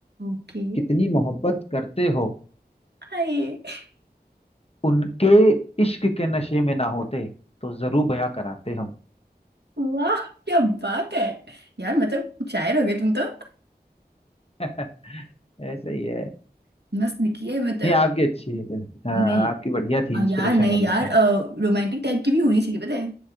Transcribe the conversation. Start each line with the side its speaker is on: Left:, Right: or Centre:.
Right: ओके
Left: कितनी मोहब्बत करते हो
Right: हाय
Left: उनके इश्क के नशे में ना होते तो जरूर बयां कराते हम
Right: वाह क्या बात है यार मतलब शायर हो गए तुम तो
Left: <laughs> ऐसे ही है
Right: <laughs> मस्त दिखी है मतलब
Left: ये आपकी अच्छी है हाँ
Right: नहीं
Left: आपकी बढ़िया थी
Right: आ,
Left: इंस्पिरेशन
Right: यार नहीं
Left: वाली
Right: यार
Left: था
Right: रोमांटिक टाइप की भी होनी चाहिए पता है